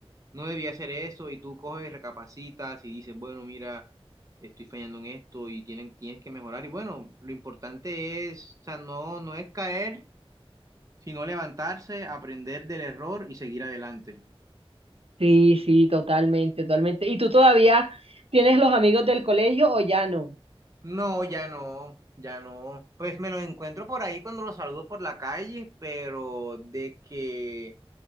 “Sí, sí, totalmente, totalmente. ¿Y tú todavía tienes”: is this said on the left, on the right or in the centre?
Right